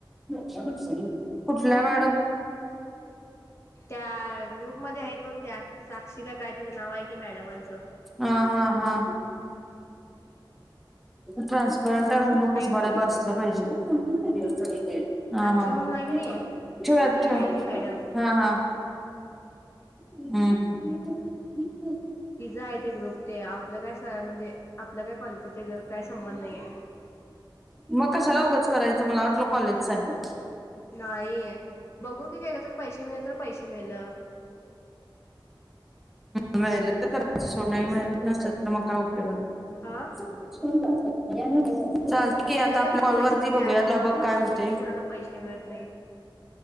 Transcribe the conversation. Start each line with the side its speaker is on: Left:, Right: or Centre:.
Centre: कुठला मॅडम,
Left: त्या ग्रुपमध्ये आहेत बघ त्या साक्षी का काय तिचं नाव आहे की मॅडमांचं
Centre: हा हा हा ट्रानस्परंट उस्मानाबाद
Left: आहे कि ती
Centre: असलं पाहिजे काय? संपूर्ण दिवसचा. <unintelligible> हा
Left: साक्षी
Centre: हा
Left: म्हणून आहे का
Centre: ठेवा
Left: नाही ती
Centre: ठेवा
Left: आहे ते मॅडम
Centre: हा हा हम्म हम्म. <unintelligible>
Left: जाय ते ग्रुप ते आपलं कसं आहे म्हणजे आपलं काय कॉलेजचा त्याचावर काय संबंध नाही आहे.
Centre: मग कशाला उगंच करायचं मला वाटलं कॉलेजचा आहे.
Left: नाही बघू की गेलं तर पैशे मिळ तर पैशे मिळलं.
Centre: मिळालं तर कर सो नाही मिळालं तर मग काय उपयोग आहे.
Left: हा
Centre: <inaudible> बरं आहे ना. <unintelligible> चालतं की आता
Left: काही
Centre: आपल्या
Left: जणांना
Centre: कॉल
Left: पैसे
Centre: वरती
Left: पण
Centre: बघूया
Left: मिळाल्यात
Centre: त्याला
Left: की
Centre: बघ
Left: ग
Centre: काय
Left: असं
Centre: हुतय,
Left: नाही की कोणाला पैसे मिळत नाही